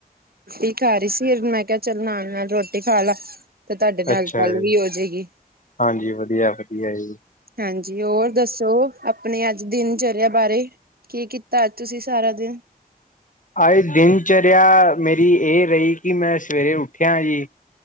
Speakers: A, on the right; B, on the left.
A: ਖੀਰ ਖਾ ਰਹੀ ਸੀ ਫਿਰ ਮੈਂ ਕਿਹਾ ਚੱਲ ਨਾਲ ਨਾਲ ਰੋਟੀ ਖਾ ਲਾ। ਤੇ ਤੁਹਾਡੇ ਨਾਲ
B: ਅੱਛਾ
A: ਗੱਲ
B: ਜੀ,
A: ਵੀ ਹੋਜਏਗੀ
B: ਹਾਂਜੀ ਵਧੀਆ-ਵਧੀਆ ਜੀ,
A: ਹਾਂਜੀ, ਹੋਰ ਦੱਸੋ। ਆਪਣੇ ਅੱਜ ਦਿਨਚਰਿਆ ਬਾਰੇ, ਕੀ ਕੀਤਾ ਅੱਜ ਤੁਸੀਂ ਸਾਰਾ ਦਿਨ?
B: ਅੱਜ ਦਿਨਚਰਿਆ ਮੇਰੀ ਇਹ ਰਹੀ ਕਿ ਮੈਂ ਸਵੇਰੇ ਉੱਠਿਆ ਜੀ